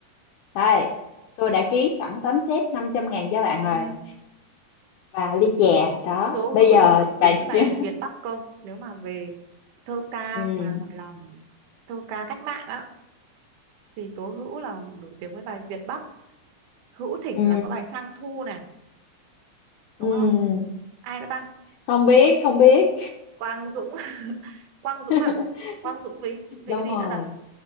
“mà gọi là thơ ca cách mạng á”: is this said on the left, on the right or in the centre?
Right